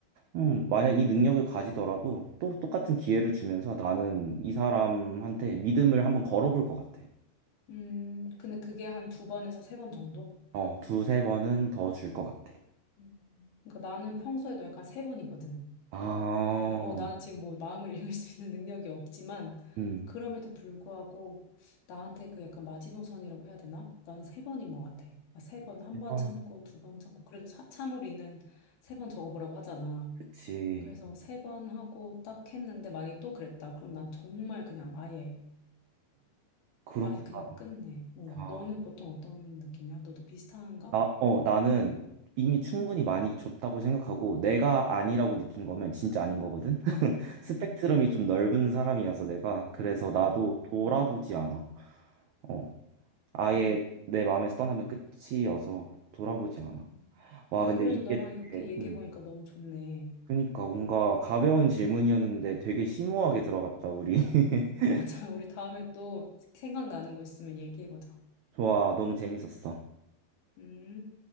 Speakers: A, on the right; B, on the left.
A: 음, 만약 이 능력을 가지더라도 또 똑같은 기회를 주면서 나는 이 사람한테 믿음을 한번 걸어볼 것 같아.
B: 음, 근데 그게 한 두 번에서 세 번 정도?
A: 어, 두세 번은 더 줄 것 같아.
B: 음, 그러니까 나는 평소에도 약간 세 번이거든.
A: 아,
B: 음, 어, 나는 지금 뭐 마음을 <laughs> 읽을 수 있는 능력이 없지만,
A: 음.
B: 그럼에도 불구하고 나한테 그 약간 마지노선이라고 해야 되나? 난 세 번인 것 같아. 그러니까 세 번, 한
A: 이건
B: 번 참고, 두 번 참고, 그래도 사, 참으리는 세 번 적어보라고 하잖아.
A: 그치.
B: 그래서 세 번 하고 딱 했는데 만약에 또 그랬다. 그럼 난 정말 그냥 아예
A: 그렇구나.
B: 아예 그냥 끝내. 어.
A: 아,
B: 너는 보통 어떤 느낌이야? 너도 비슷한가?
A: 나, 어, 나는 이미 충분히 많이 줬다고 생각하고 내가 아니라고 느낀 거면 진짜 아닌 거거든. 스펙트럼이
B: 음,
A: 좀 넓은 사람이라서 내가 그래서 나도
B: 음,
A: 돌아보지 않아. 어. 아예
B: 음,
A: 내 마음에서 떠나면 끝이어서 돌아보지 않아.
B: 음.
A: 와,
B: 근데
A: 근데
B: 그래도
A: 이게
B: 나랑
A: 되게
B: 이렇게 얘기해보니까
A: 음.
B: 너무 좋네. <laughs>
A: 그러니까 뭔가 가벼운 질문이었는데 되게 심오하게 들어갔다, 우리. <laughs>
B: 맞아. 우리 다음에 또 생각나는 거 있으면 얘기해보자.
A: 좋아, 너무 재밌었어.
B: 음.